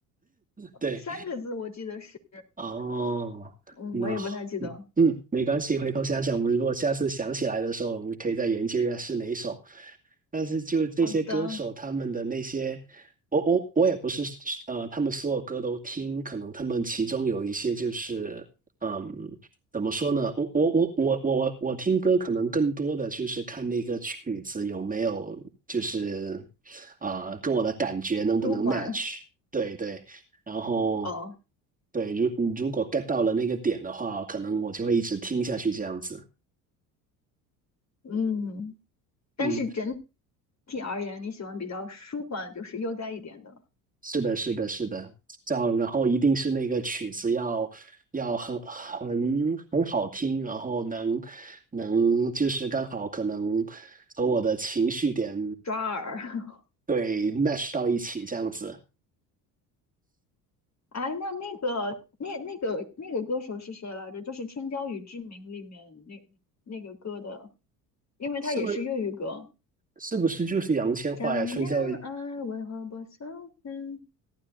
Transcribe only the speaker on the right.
对。
哦，
那好，
嗯，没关系，回头想想，我们如果下次想起来的时候，我们可以再研究一下是哪一首。但是就这些歌手他们的那些，
我我我也不是呃，他们所有歌都听，可能他们其中有一些就是嗯，怎么说呢？我我我我我我我听歌可能更多的就是看那个曲子有没有就是啊、跟我的感觉能不能
match？对对，然后
对，如如果 get 到了那个点的话，可能我就会一直听下去这样子。
嗯。
是的，是的，是的，这样，然后一定是那个曲子要要很很很好听，然后能能就是刚好可能和我的情绪点
对 match 到一起，这样子，
是不是是不是就是杨千嬅呀？
春娇与